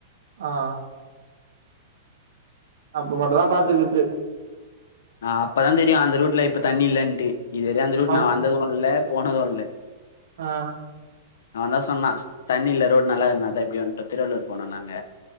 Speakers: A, on the right; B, on the left.
A: ஆ அப்ப மட்டு தா பாத்துக்குது
B: ஆ அப்பதா தெரியு அந்த ரூட்ல இப்ப தண்ணி இல்லன்ட்டு இது வரையு அந்த ரூட்
A: அத
B: நா வந்தது இல்ல போனது இல்ல
A: ஆ
B: அவந்தா சொன்னா தண்ணியில ரோடு நல்லா இருந்தாதா இப்படி வந்துட்டோ திருவள்ளூர் போனோ நாங்க